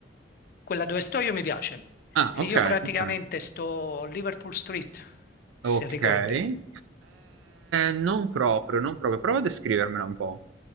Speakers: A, on the left (about 50°); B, on the right (about 85°).
A: quella dove sto io mi piace.
B: Ah,
A: Io
B: okay,
A: praticamente
B: okay.
A: sto Liverpool Street, se
B: Ok.
A: ricordi.
B: Eh, non proprio, non proprio. Prova a descrivermela un po'.